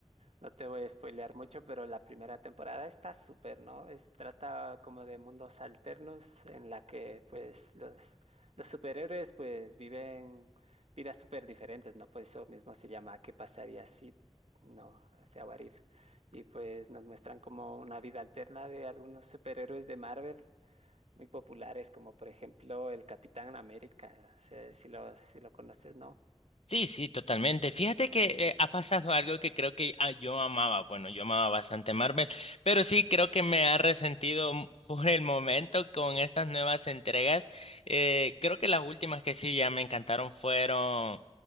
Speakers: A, on the right; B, on the left.
A: no te voy a spoilear mucho, pero la primera temporada está súper, ¿no? Es, trata como de mundos alternos en la que, pues, los, los superhéroes, pues, viven vidas súper diferentes, ¿no? Pues eso mismo se llama ¿Qué pasaría si...? No, o sea, What If. Y pues nos muestran como una vida alterna de algunos superhéroes de Marvel muy populares, como por ejemplo el Capitán América, sé si lo, si lo conoces, ¿no?
B: Sí, sí, totalmente. Fíjate que eh, ha pasado algo que creo que ah, yo amaba. Bueno, yo amaba bastante Marvel, pero sí creo que me ha resentido m- por el momento con estas nuevas entregas. Eh, creo que las últimas que sí ya me encantaron fueron,